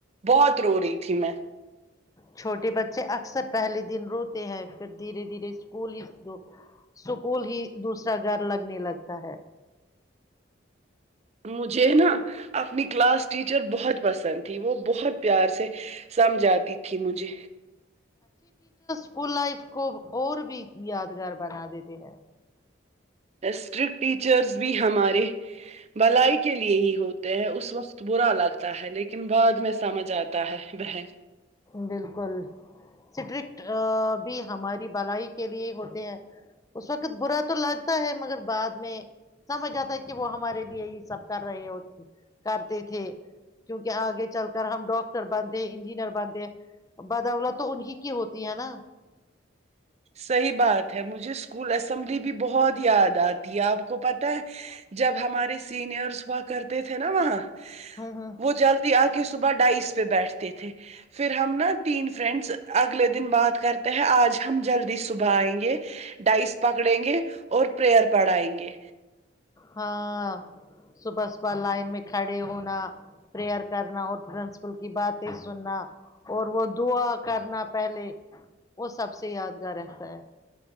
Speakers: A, on the right; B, on the left.
A: بہت رو رہی تھی میں
B: چھوٹے بچے اکثر پہلے دن روتے ہیں پھر دھیرے دھیرے اسکول ہی سکول ہی دوسرا گھر لگنے لگتا ہے
A: مجھے نا اپنی کلاس ٹیچر بہت پسند تھی وہ بہت پیار سے سمجھ آتی تھی مجھے
B: اسک لائف کو اور بھی یادگار بنا دیتے ہیں
A: اسٹرکٹ ٹیچرس بھی ہمارے بھلائی کے لیے ہی ہوتے ہیں اس وقت برا لگتا ہے لیکن بعد میں سمجھ آتا ہے بہن
B: بالکل اسٹرکٹ بھی ہماری بھلائی کے لیے ہوتے ہیں اس وقت برا تو لگتا ہے مگر بعد میں سمجھ آتا ہے کہ وہ ہمارے لیے ہی سب کر رہے ہو کرتے تھے کیونکہ آگے چل کر ہم ڈاکٹر بندتےے انجینئر بنتے بدوولت تو انیں کی ہوتی ہے نا
A: صحیح بات ہے مجھے اسکول اسمبلی بھی بہت یاد آتی ہے آپ کو پت ہے جب ہمارے سینئرس ہوا کرتے د تھے ن وہاں
B: ہوں ہوں
A: وہ جلدی آ کے صبح ڈھائیس پہ بیٹھتے تھے پھر ہم نا تین فرینڈس اگلے دن بات کرتے ہے آج ہم جلدی صبح آئیں گے ڈائس پکڑیں گے اور پریئر پڑھائیں گے
B: ہاں صبح صبح لائن میں کھڑے ہونا پریئر کرنا اور پرنسپل کی باتیں سننا اور وہ دعا کرنا پہلے وہ سب سے یادگار رہتا ہے